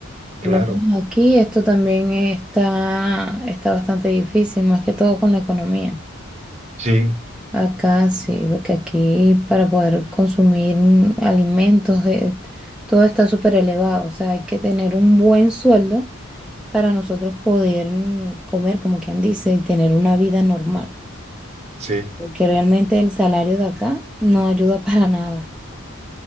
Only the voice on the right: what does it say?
claro.
Sí,
sí,